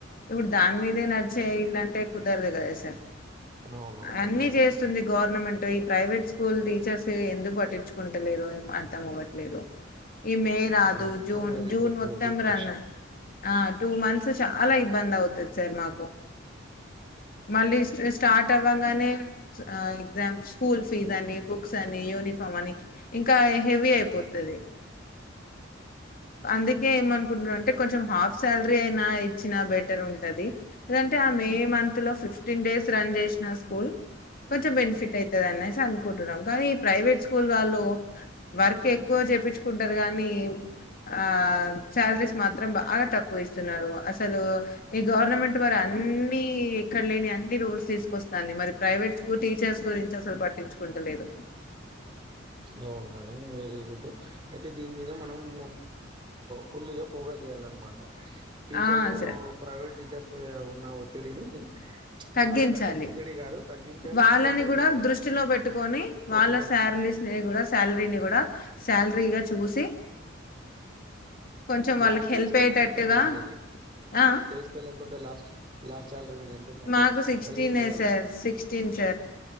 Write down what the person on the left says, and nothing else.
ఇప్పుడు దాని మీదే నడిచేయల టక్ కుదరదు కదా సార్
అన్ని చేస్తుంది గవర్నమెంట్ ఈ ప్రైవేట్ స్కూల్ టి చర్స్ ఎందుకు పట్టించుకుంటలేదు అర్ధం అవ్వట్లేదు ఈ మే రాదు
June
June
మొత్తం
రన్ ఆ టూ మంత్స్ చాలా ఇబ్బంద అవు తత్ సర్ మా మళ్ళీ స్టార్ట్ అవ్వంగానే ఎగ్జామ్ స్కూల్ ఫీజ్ అని బుక్స్ అని యూనిఫామ్ అని ఇంకా హెవీ అయిపోతది అందుకేమన్ ంటే <unintelligible> కొంచె హాఫ్ సాలరీ అయినా ఇచ్చిన బెటర్ ఉంటుంది అదంటే ఆ మే మంత్ లో ఫిఫ్టీన్ డేస్ రన్ చేసిన స్కూల్ కొంచెం బెనిఫిట్ అవుతుద <unintelligible> అనేసి అనుకుంటున్నాం కానీ ఈ ప్రైవేట్ స్కూల్ వాళ్ళు వర్క్ ఎక్కువ చేపించుకుంటారు కానీ ఆ సాలరీస్ మాత్రం బాగా తక్కువ ఇస్తున్నారు అసలు ఈ గవర్నమెంట్ మరి అన్ని ఇక్కడ లేని అన్ని రూల్స్ తీసుకోస్తాంది మరి ప్రైవేట్స్ టీచర్స్ గురించి అసలు పట్టించుకుంటలేదు
ఆ
సార్
తగ్గించాలి
వాళ్ళని
కూడా దృష్టిలో పెట్టుకొని
వాళ్ళ శారలీస్నే కూడా శాలరీని కూడా శాలరీ గా చూసి కొంచెం వాళ్ళకి
హెల్ప్
అయ్యేటట్టుగా
ఆ
మాకు సిక్స్టీనే
sir sixteen sir